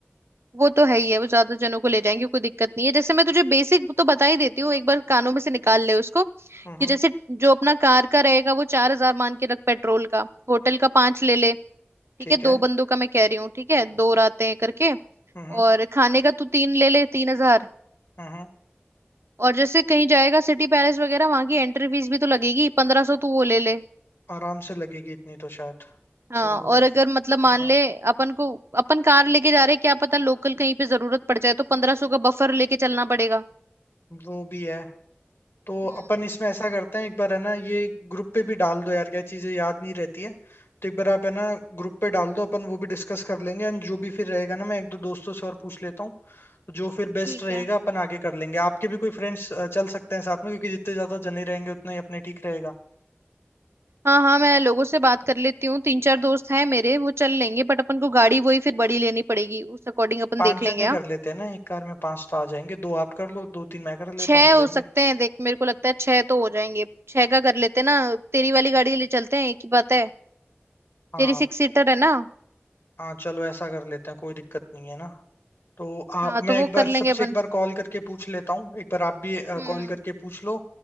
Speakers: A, on the right; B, on the left.
A: वो तो है ही है वो ज्यादा जनों को ले जाएंगे कोई दिक्कत नहीं है जैसे मैं तुझे बेसिक तो बता ही देती हूँ एक बार कानों में से निकाल ले उसको कि
B: हम्म
A: जैसे जो अपना कार का रहेगा वो चार हजार मान के रख पेट्रोल का होटल का पांच ले ले ठीक
B: ठीक
A: है दो
B: है
A: बंदों का मैं कह रही हूँ ठीक है दो रातें करके
B: हम्म
A: और खाने का तू तीन ले ले तीन हजार
B: हम्म हम्म।
A: और जैसे कहीं जाएगा सिटी पैलेस वगैरह वहां की एंट्री फीस भी तो लगेगी पंद्रह सौ तू वो ले ले
B: आराम से लगेगी इतनी तो शायद
A: हाँ
B: तो
A: और अगर मतलब मान
B: हाँ
A: ले अपन को अपन कार लेके जा रहे हैं, क्या पता लोकल कहीं पे जरूरत पड़ जाए तो पंद्रह सौ का बफर लेके चलना पड़ेगा
B: वो भी है तो
A: हम्म
B: अपन इसमें ऐसा करते हैं एक बार है ना ये ग्रुप पे भी डाल दो यार क्या चीजें याद नहीं रहती है तो एक बार आप है ना ग्रुप पे डाल दो अपन वो भी डिस्कस कर लेंगे एंड जो भी फिर रहेगा ना मैं एक दो दोस्तों से और पूछ लेता हूँ तो जो फिर बेस्ट
A: ठीक
B: रहेगा
A: है
B: अपन आगे कर लेंगे आपके भी कोई फ्रेंड्स चल सकते हैं साथ में क्योंकि जितने ज्यादा जने रहेंगे उतना ही अपने ठीक रहेगा
A: हाँ हाँ मैं लोगों से बात कर लेती हूँ तीन चार दोस्त हैं मेरे वो चल लेंगे बट अपन को गाड़ी वही फिर बड़ी लेनी पड़ेगी उस अकॉर्डिंग अपन
B: पांच
A: देख लेंगे
B: जने
A: हाँ
B: कर लेते हैं ना एक कार में पांच तो आ जाएंगे दो आप कर लो दो तीन मैं कर लेता
A: छह
B: हूँ हो
A: हो
B: जाएंगे
A: सकते हैं देख मेरे को लगता है छह तो हो जाएंगे छह का कर लेते हैं ना तेरी वाली गाड़ी ले चलते हैं एक ही बात है
B: हाँ
A: तेरी सिक्स सीटर है ना
B: हाँ चलो ऐसा कर लेते हैं कोई दिक्कत नहीं है ना तो आप
A: हाँ
B: मैं
A: तो वो
B: एक बार
A: कर लेंगे
B: सबसे
A: अपन
B: एक बार कॉल करके पूछ लेता हूँ एक बार आप भी
A: हम्म
B: कॉल करके पूछ लो